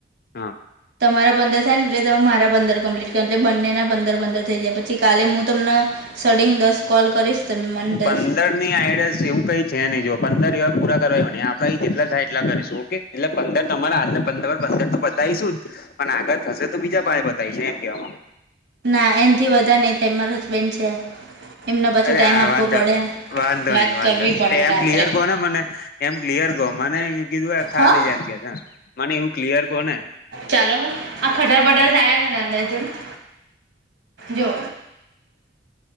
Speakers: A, on the left; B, on the right.
A: હા
B: તમારા પંદર થાય ને એટલેમે મારા પંદર કમ્પ્લીટ એટલે બંનેના પંદર પંદર થઈ જાય પછી કાલે હું તમને સડીંગ દસ કોલ કરીશ તમે મને દસ
A: પણ - પંદર ની આડ એવું કઈ છે નહી જો પંદર જેવા પૂરા કરવા આપડે જેટલા થાય એટલા કરીશું ઓકે એટલે પંદર તમારા હા ને પંદર પંદર તો બતાયશું જ પણ આગળ થશે તો બીજા પાય બતાવીશ એમ કેવા
B: ના એનાથી વધારે નહી થાય મારા હસબેન્ડ છે એમને પાછો
A: અરે
B: ટાઈઇમ
A: હા
B: આપવો
A: વાંધો
B: પડે
A: વાંધો
B: વાત
A: નહી વાંધો
B: કરવી
A: નહીિ
B: પડે
A: એમ
B: રાત્રે
A: ક્લિયર કોને મને એમ ક્લિયર કહો મને કીધું ખાલી
B: હા
A: છે એમ કે મને એવું ક્લિયર કહો ને
B: ચાલો હ આ ફટા ફટ થાય કરે ને જોની જો